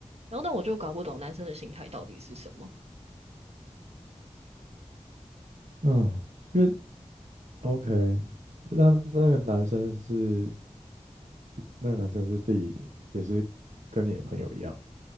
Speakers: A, on the right (about 55°); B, on the right (about 75°).
A: 然后但我就搞不懂男生的心态到底是什么，
B: 嗯，因为 OK，那那个男生是那个男生是第也是跟你的朋友一样，